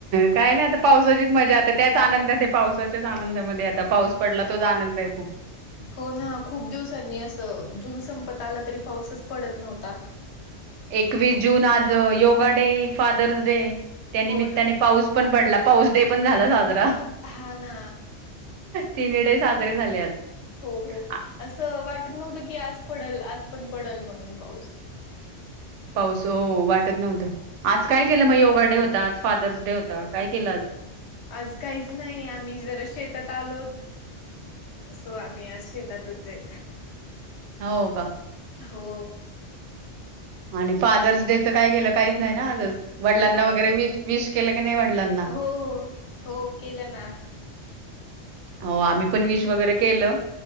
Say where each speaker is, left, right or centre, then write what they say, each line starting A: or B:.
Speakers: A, on the right; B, on the left.
A: काय नाही आता पावसाचीच मजा आता त्याच आनंदात पावसाच्याच आनंदामध्ये आता पाऊस पडला तोच आनंद आहे खूप
B: हो ना खूप दिवसांनी अस संपत आला तरी पाऊसच पडत नव्हता.
A: एकवीस जून आज योगा डे, फादर्स डे त्यानिमित्ताने
B: हो ना
A: पाऊस पण पडला. पाऊस डे पण झाला साजरा.
B: हा ना
A: तिन्ही डे साजरे झाले आज.
B: हो हो
A: आ-
B: असं वाटत नव्हतं की आज पडल आज पण पडल म्हणून पाऊस
A: पाऊस हो वाटत नव्हतं आज काय केलं मग योगा डे होता आज फादर्स डे होता काय केलं आज
B: आज काहीच नाही आम्ही जरा शेतात आलोत सो आम्ही आज शेतातच आहे
A: हो का
B: हो
A: आणि फादर्स डे काय केलं काहीच नाही ना आजच वडिलांना
B: नाही
A: वगैरे विश विश केलं की नाही वडिलांना
B: हो हो केलं ना.
A: हो आम्ही पण विश वगैरे केलं.